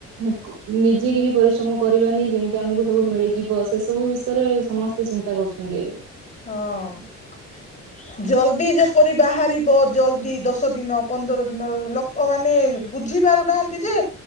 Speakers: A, on the right (about 90°); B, on the left (about 25°).
A: ୟାଙ୍କୁ, ନିଜେ କେହି ପରିଶ୍ରମ କରିବାନି ଯେମିତି ଆମକୁ ସବୁ ମିଳିଯିବ। ସେ ସବୁ ବିଷୟରେ ସମସ୍ତେ ଚିନ୍ତା କରୁଛନ୍ତି ଏବେ।
B: ହଁ। ଜଲ୍ଦି ଯେପରି ବାହାରିବ ଜଲ୍ଦି ଦଶ ଦିନ ପନ୍ଦର ଦିନର। <unintelligible> ମାନେ ବୁଝି ପାରୁନାହାନ୍ତି ଯେ